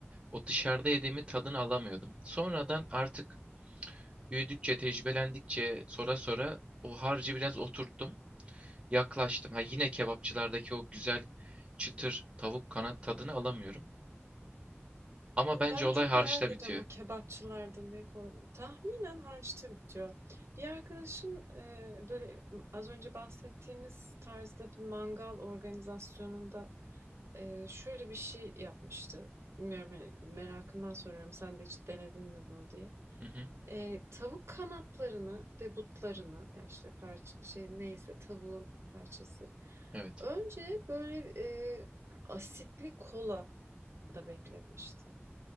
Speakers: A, on the right; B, on the right.
A: o dışarıda yediğimi tadını alamıyordum. Sonradan artık büyüdükçe, tecrübelendikçe, sonra sonra o harcı biraz oturttum, yaklaştım. Ha yine kebapçılardaki o güzel çıtır tavuk kanat tadını alamıyorum. Ama bence
B: Ben
A: olay
B: çok
A: harçta
B: merak
A: bitiyor.
B: ediyorum o kebapçılarda ne koy... Tahminen harçta bitiyor. Bir arkadaşım e, böyle az önce bahsettiğimiz tarzda bir mangal organizasyonunda e, şöyle bir şey yapmıştı. Bilmiyorum hani merakımdan soruyorum sen de hiç denedin mi bunu diye.
A: Hı hı.
B: E, tavuk kanatlarını ve butlarını yani işte parça, şey neyse tavuğun parçası.
A: Evet.
B: Önce böyle e, asitli kola da bekletmişti.